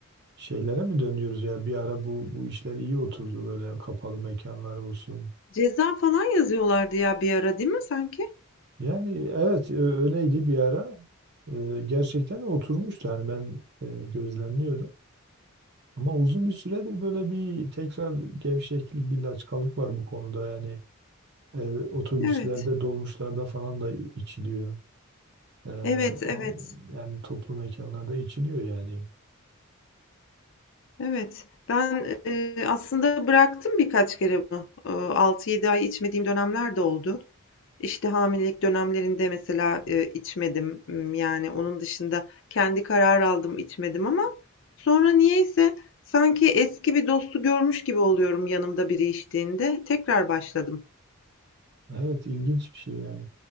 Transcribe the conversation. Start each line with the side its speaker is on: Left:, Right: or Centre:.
Right: şeylere mi dönüyoruz ya bir ara bu bu işler iyi oturdu böyle kapalı mekanlar olsun.
Left: ceza falan yazıyorlardı ya bir ara değil mi sanki?
Right: Yani evet e, öyleydi bir ara. E, gerçekten oturmuştu yani ben e, gözlemliyordum. Ama uzun bir süredir böyle bir tekrar gevşeklik, bir laçkalık var bu konuda yani. E, otobüslerde,
Left: Evet,
Right: dolmuşlarda falan da içiliyor. Ee,
Left: evet, evet,
Right: o- yani toplu mekanlarda içiliyor yani.
Left: evet. Ben eee, aslında bıraktım birkaç kere bunu. Eee, 6-7 ay içmediğim dönemler de oldu. İşte, hamilelik dönemlerinde mesela, eee, içmedim. Imm, yani, onun dışında kendi karar aldım, içmedim ama sonra niyeyse sanki eski bir dostu görmüş gibi oluyorum yanımda biri içtiğinde. Tekrar başladım.
Right: Evet ilginç bir şey yani.